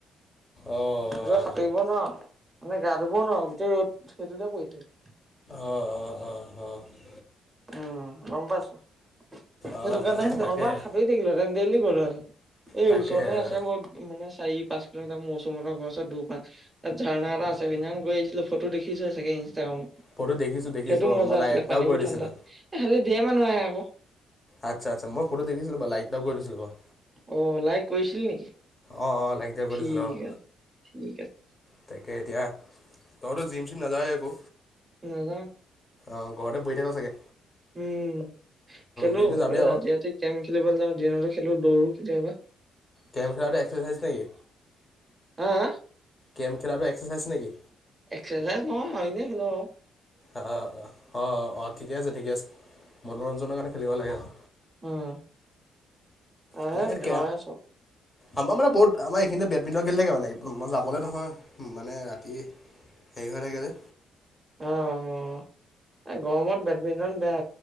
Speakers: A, on the left (about 25°); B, on the right (about 25°).
A: অঁ
B: আকৌ সাঁতুৰিব নোৱাৰ, মানে গা ধুব নোৱাৰো গোটেই ৰ'দ সেইটোতে পৰি থাকে।
A: অ অ অ অ <unintelligible>
B: উম গম পাইছো,
A: অঁ
B: সেইটো কাৰণে
A: অঁ তাকেহে
B: নহবা সাতুৰি থাকিলোহেঁতেন, ডেইলি গলোহেঁতেন, এই
A: তাকেহে
B: ওচৰতে আছে মই মানে চাৰি পাঁচ কিলোমিটাৰ মৌচুম হতৰ ঘৰৰ ওচৰত দুৱপা। তাত ঝাৰ্ণা এটা আছে, সেইদিনা খন গৈ আহিছিলো ফটো দেখিছয়ে চাগে। তাগামত,
A: ফটো দেখিছোঁ দেখিছোঁ
B: সেইটো
A: অ
B: মজা
A: মই লাইক
B: আছিলে
A: এটাও
B: পানী
A: কৰি
B: বোৰ
A: দিছিলোঁ।
B: ঠাণ্ডা। এ খালি ধেৰ মানুহ আহে আক'
A: আচ্ছা আচ্ছা, মই ফটো দেখিছিলো বাও লাইক এটা কৰি দিছিলো মই।
B: অহ লাইক কৰিছিলি নেকি?
A: অঁ অঁ লাইক এটা কৰি
B: ঠিক
A: দিছিলো অঁ।
B: আছে ঠিক আছে
A: তাই কে এতিয়া, তইতো জিম চিম নাযায় একো?
B: নাযাওঁ।
A: অঁহ ঘৰতে বহি থাক চাগে?
B: উম খেলো,
A: জিম চিম যাবি
B: এ
A: আৰু।
B: ৰাতি ৰাতি কেৰেম খেলিবলৈ যাওঁ দিনতো খেলো, দৌৰো কেতিয়াবা।
A: কেৰেম খেলাটো এক্সাৰচাইজ নেকি?
B: আ, আ
A: গেম খেলাটো এক্সাৰচাইজ নেকি?
B: এক্সাৰচাইজ নহয় আও এনেই খেলো আও।
A: অ' অ' অ' অ' ঠিকে আছে ঠিকে আছে। মনোৰঞ্জনৰ কাৰণে খেলিব লাগে আৰু
B: উম, আহে
A: আমাৰ ইয়াত
B: গাঁৱৰে
A: কে
B: চব
A: আমাৰ মানে বহুত আমাৰ এইখিনিতে বেডমিণ্টন খেলি থাকে মানে মই যাবলৈ নহয় মানে ৰাতি দেৰি হৈ থাকে যে
B: অ' অ ' এই গৰমত বেডমিণ্টন বেয়া